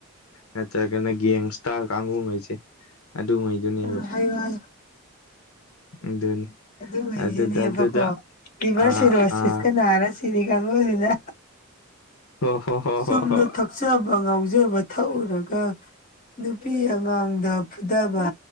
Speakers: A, on the left; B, on the left.
A: ꯅꯠꯇ꯭ꯔꯒꯅ ꯒꯦꯡꯁꯇꯥꯔ ꯀꯥꯡꯒꯨꯉꯩꯁꯦ ꯑꯗꯨꯉꯥꯏꯗꯨꯅꯦꯕ
B: ꯎꯝ ꯍꯥꯏꯌꯨ ꯍꯥꯏꯌꯨ
A: ꯑꯗꯨꯅꯤ
B: ꯑꯗꯨꯉꯩꯁꯤꯅꯦꯕꯀꯣ
A: ꯑꯗꯨꯗ ꯑꯗꯨꯗ
B: ꯂꯤꯚꯔ
A: ꯑꯥ
B: ꯁꯤꯦꯔꯣꯁꯤꯁꯀ
A: ꯑꯥ
B: ꯅꯥꯔꯁꯤꯔꯝ ꯀꯥꯡꯕꯨꯁꯤꯅ
A: ꯍꯣ ꯍꯣ ꯍꯣ
B: ꯆꯨꯝꯅ
A: ꯍꯣ ꯍꯣꯏ
B: ꯊꯛꯆꯕ ꯉꯥꯎꯖꯕ ꯊꯛꯎꯔꯒ ꯅꯨꯄꯤ ꯑꯉꯥꯡꯗ ꯐꯨꯊꯕ